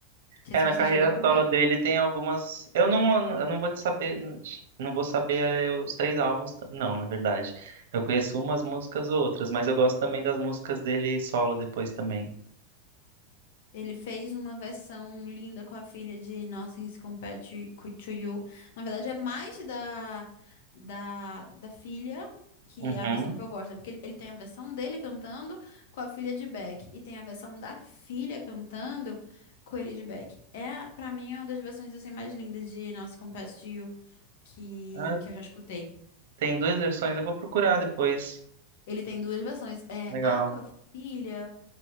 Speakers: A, on the left; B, on the right.
A: não sei
B: É,
A: se
B: na
A: você
B: carreira
A: chegou a acompanhar.
B: solo dele tem algumas. Eu não, eu não vou te saber. Não te- não vou saber eh, os três álbuns. t- Não, na verdade. Eu conheço umas músicas ou outras, mas eu gosto também das músicas dele solo depois também.
A: Ele fez uma versão linda com a filha de Nothing Compared to to You. Na verdade, é mais da, da, da filha, que
B: Uhum.
A: é a versão que eu gosto, né? Porque ele, ele tem a versão dele cantando com a filha de Beck. E tem a versão da filha cantando com ele de Beck. É, pra mim, é uma das versões assim, mais lindas de Nothing Compared to You que,
B: Ah,
A: que eu já escutei.
B: tem duas versões, eu vou procurar depois.
A: Ele tem duas versões. É
B: Legal.
A: a com a filha.